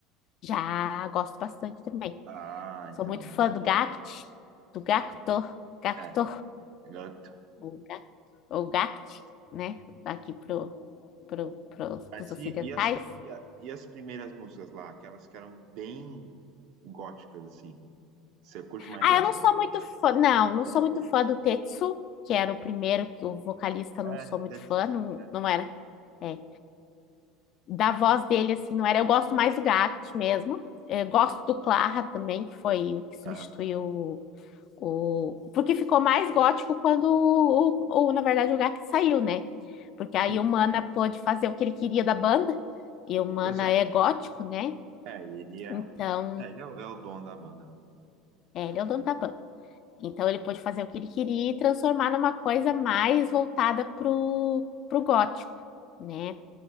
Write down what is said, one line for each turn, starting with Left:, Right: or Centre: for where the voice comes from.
Left: Já gosto bastante também.
Right: Ah, então
Left: Sou muito
Right: é muito
Left: fã
Right: bom.
Left: do Gact,
Right: né?
Left: do Gacto, Gacto,
Right: É, agora eu tô-
Left: ou Gact, ou Gact, né? Aqui pro, pro, pros,
Right: Mas
Left: pros ocidentais.
Right: e, e as, e, a- e as primeiras músicas lá, aquelas que eram bem góticas, assim? Você curte mais
Left: Ah,
Right: essa?
Left: eu não sou muito fã, não, não
Right: Sério?
Left: sou muito fã do Tetsu, que era o primeiro, que o vocalista não
Right: É,
Left: sou muito
Right: Tetsu.
Left: fã, não,
Right: É.
Left: não era, é, da voz dele, assim, não era, eu gosto mais do Gact mesmo, É, gosto do Clara também, que foi o que substituiu
Right: Aham.
Left: o, o- porque ficou mais gótico quando, o, o- o, na verdade, o Gact saiu, né, porque
Right: Sim,
Left: aí o Mana pôde fazer o que ele queria da banda, e o Mana
Right: pois é.
Left: é gótico, né,
Right: É, e ele é,
Left: então,
Right: é, ele é, o é o dono da banda, né?
Left: é, ele é o dono da banda. Então ele pôde fazer o que ele queria e transformar numa coisa mais voltada pro, pro gótico, né?